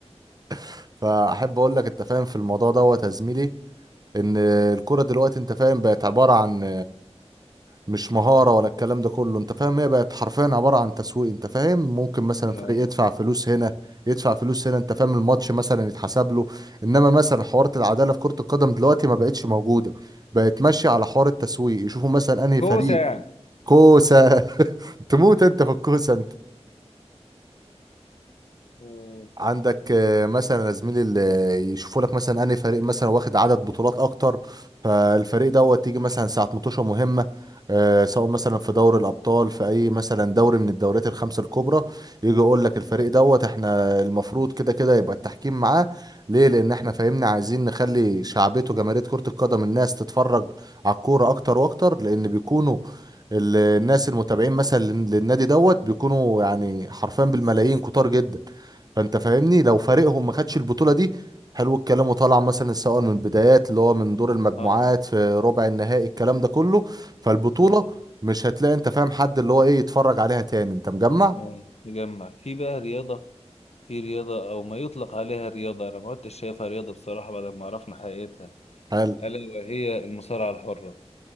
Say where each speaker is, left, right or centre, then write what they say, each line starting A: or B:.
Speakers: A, on the right; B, on the left.
A: <laughs> فاحب اقول لك انت فاهم في الموضوع دوت يا زميلي ان الكوره دلوقتي انت فاهم بقت عباره عن مش مهارة ولا الكلام ده كله انت فاهم هي بقت حرفيا عبارة عن تسويق انت فاهم ممكن مثلا
B: اه
A: فريق يدفع فلوس هنا يدفع فلوس هنا انت فاهم الماتش مثلا يتحسب له انما مثلا حوارة العدالة في كرة القدم دلوقتي ما بقتش موجودة بقت ماشية على حوار التسويق يشوفوا مثلا انهي فريق
B: كوسه يعني
A: كوسة <laughs> تموت انت في الكوسة
B: آه.
A: عندك آه، مثلا يا زميلي اللي يشوفوا لك مثلا انهي فريق مثلا واخد عدد بطولات اكتر فالفريق دوت تيجي مثلا ساعه مطوشه مهمه آه، سواء مثلا في دوري الابطال في اي مثلا دوري من الدوريات الخمسه الكبرى يجي يقول لك الفريق دوت احنا المفروض كده كده يبقى التحكيم معاه ليه لان احنا فاهمنا عايزين نخلي شعبيته جماهيريه كره القدم الناس تتفرج على الكوره اكتر واكتر لان بيكونوا ال- الناس المتابعين مثلا للنادي دوت بيكونوا يعني حرفيا بالملايين كتار جدا فانت فاهمني لو فريقهم ما خدش البطوله دي حلو الكلام وطلع مثلا سواء من البدايات اللي هو من دور المجموعات
B: اه
A: في ربع النهائي الكلام ده كله فالبطوله
B: تمام
A: مش هتلاقي انت فاهم حد اللي هو ايه يتفرج عليها تاني انت مجمع
B: تمام نجمع في بقى رياضة في رياضة أو ما يطلق عليها رياضة أنا ما كنتش شايفها رياضة بصراحة بعد ما عرفنا حقيقتها
A: حلو
B: ألا وهي المصارعة الحرة